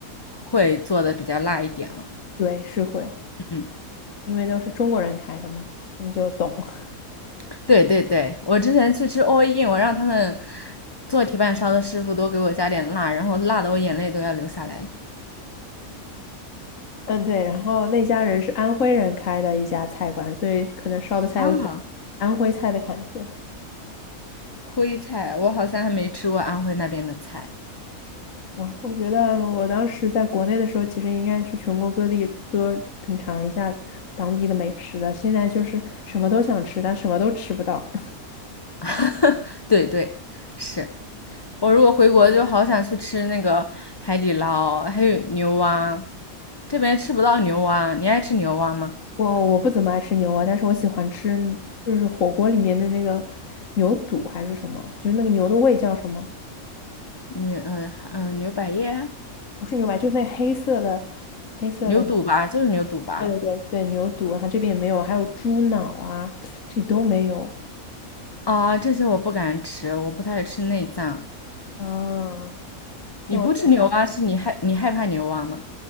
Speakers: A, on the left; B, on the left.
A: 会做的比较辣一点啊。
B: <laughs> 对，是会，
A: 嗯，
B: 因为都是中国人开的嘛，他们就懂。<laughs>
A: <laughs> 对对对，我之前去吃 all in，我让他们做铁板烧的师傅多给我加点辣，然后辣的我眼泪都要流下来了。
B: 嗯，对。然后那家人是安徽人开的一家菜馆，所以可能烧的菜有种安徽菜的感觉。
A: 啊，徽菜，我好像还没吃过安徽那边的菜。
B: 哇，我觉得我当时在国内的时候，其实应该去全国各地多品尝一下当地的美食的。现在就是什么都想吃，但什么都吃不到。
A: <laughs> 对对，是我如果回国就好想去吃那个海底捞，还有牛蛙，这边吃不到牛蛙，你爱吃牛蛙吗？
B: 我我不怎么爱吃牛蛙，但是我喜欢吃，就是火锅里面的那个牛肚还是什么，就是那个牛的胃叫什么？
A: 牛嗯嗯牛百叶、
B: 不是牛排，就是那黑色的，黑色的。
A: 牛肚吧，就是牛肚吧。
B: 对对对对，牛肚，然后这边也没有，还有猪脑啊，这里都没有。
A: 啊，这些我不敢吃，我不太吃内脏。
B: 啊。
A: 你不吃牛蛙，
B: 那我就
A: 是你害你害怕牛蛙吗？